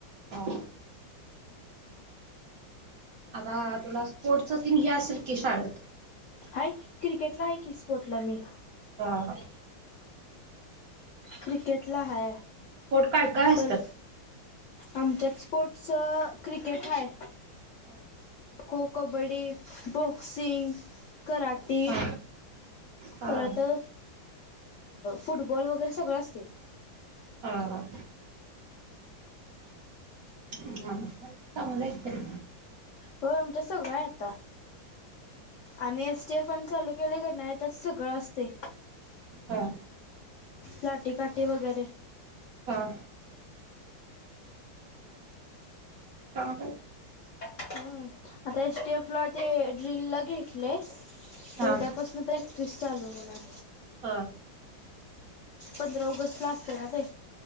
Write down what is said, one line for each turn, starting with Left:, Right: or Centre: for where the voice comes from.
Right: हा. आता तुला स्पोर्टच तीन हे असेल की शाळेत.
Left: हाय की क्रिकेटला आहे कि स्पोर्टला मी.
Right: हा हा.
Left: क्रिकेटला हाय
Right: स्पोर्ट काय काय असतात
Left: तल आमच्यात स्पोर्टसचा क्रिकेट हाय.
Right: <inaudible>
Left: खो कबड्डी बॉक्सिंग, कराटी
Right: हा हा
Left: परत
Right: हा
Left: अ फुटबॉल वगैरे सगळं असते.
Right: हा हा. <unintelligible> हा चांगलाय तरी.
Left: हो आमच्या सगळय आता. आणि एस टी एफ एन चालू केले क नाय त्यात सगळं असते.
Right: हा.
Left: लाटी काटी वगैरे
Right: हा. त्यामुळं काही
Left: हम्म. आता एस टी एफ ला ते ड्रिल ला घेतलेय तर
Right: हा
Left: उद्यापासून प्रॅक्टिस चालू होणार.
Right: हा.
Left: पंधरा ऑगस्ट ला असते ना ते.